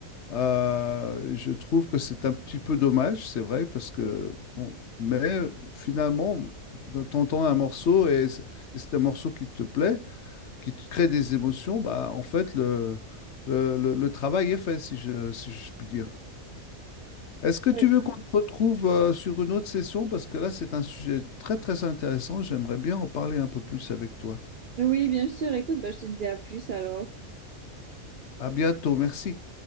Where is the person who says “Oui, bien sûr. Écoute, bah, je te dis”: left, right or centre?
Right